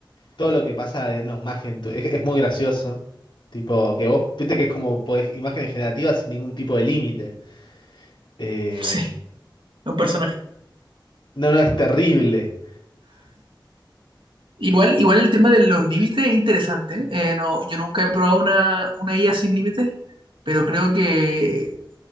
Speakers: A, on the left (about 70°); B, on the right (about 80°).
A: todo lo que pasa en los Magen tu- es, es muy gracioso. Tipo, que vos viste que es como podés- imágenes generativas sin ningún tipo de límite. Eh,
B: Sí, un personaje.
A: no, no, es terrible.
B: Igual, igual el tema de los límites es interesante. Eh, no, yo nunca he probado una, una IA sin límites, pero creo que